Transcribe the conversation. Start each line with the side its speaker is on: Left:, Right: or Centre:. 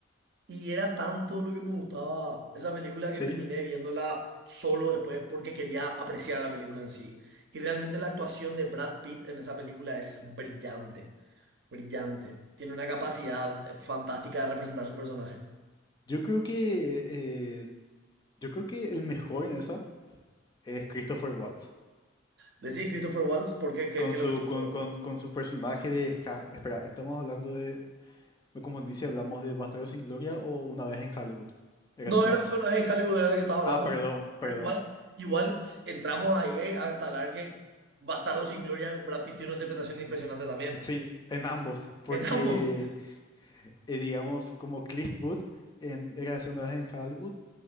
Right: Y era tanto lo que me gustaba esa película
Left: sí.
Right: que terminé viéndola solo después porque quería apreciar la película en sí. Y realmente la actuación de Brad Pitt en esa película es brillante, brillante. Tiene una capacidad eh, fantástica de representar su personaje.
Left: Yo creo que, eh, yo creo que el mejor en esa es Christopher Waltz.
Right: Decís Christopher Waltz, ¿por qué? ¿Qué,
Left: Con
Right: qué
Left: su,
Right: es lo que tú
Left: con,
Right: todo
Left: con- con su personaje de... Ja- Espera, estamos hablando de... Me confundí si hablamos de Bastardos sin Gloria o Una vez en Hollywood. Eras
Right: No,
Left: una
Right: era un
Left: vez.
Right: personaje en Hollywood, era la que estaba hablando,
Left: Ah, perdón,
Right: pero
Left: perdón.
Right: igual, igual entramos ahí eh, hasta hablar que Bastardo sin Gloria, Brad Pitt tiene una interpretación impresionante también.
Left: Sí, en ambos. Porque,
Right: En ambos,
Left: eh, digamos, como Cliff Booth en Eras una vez en Hollywood,